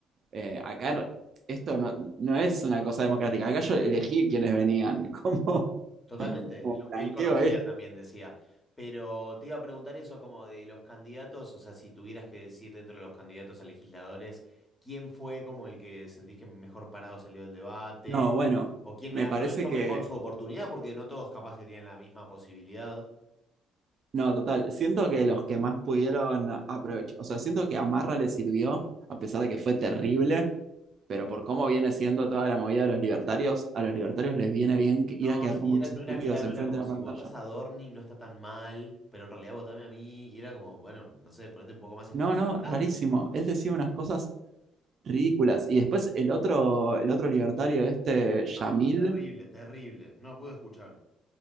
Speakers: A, on the right; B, on the left.
A: eh, acá esto no, no es una cosa democrática. Acá yo elegí quienes venían. <laughs> ¿Cómo,
B: Totalmente,
A: cómo
B: de lo
A: blanqueo
B: que él conocía
A: esto?
B: también decía. Pero te iba a preguntar eso como de los candidatos, o sea, si tuvieras que decir dentro de los candidatos a legisladores, ¿quién fue como el que sentís que mejor parado salió del debate?
A: No, bueno,
B: ¿O quién
A: me
B: me aprovechó
A: parece que.
B: mejor su oportunidad? Porque no todos capaz que tenían la misma posibilidad.
A: No, total. Siento que los que más pudieron aprovechar. O sea, siento que Amarra le sirvió, a pesar de que fue terrible. Pero por cómo viene siendo toda la movida de los libertarios, a los libertarios les viene bien que- ir
B: No,
A: a quedar
B: sí,
A: como unos
B: era, no
A: estúpidos
B: era claro,
A: enfrente
B: era como
A: de
B: si
A: la pantalla.
B: votás a Dorni no está tan mal, pero en realidad votame a mí y era como, bueno, no sé, ponete un poco más en
A: No,
B: contrincante.
A: no, rarísimo. Él decía unas cosas ridículas. Y después el otro, el otro libertario, este Yamil,
B: No, terrible, terrible. No pude escuchar.